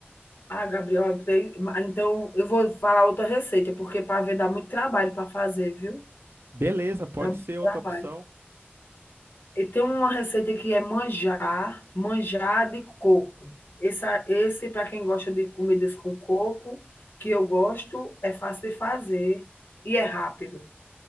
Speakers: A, on the left; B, on the right.
A: ah, Gabriel, tem então eu vou falar outra receita, porque pavê dá muito trabalho para fazer, viu.
B: Beleza, pode
A: Dá muito
B: ser outra
A: trabalho.
B: opção,
A: E tem uma receita que é manjar, manjar de coco. Esse, esse para quem gosta de comidas com coco, que eu gosto, é fácil de fazer e é rápido.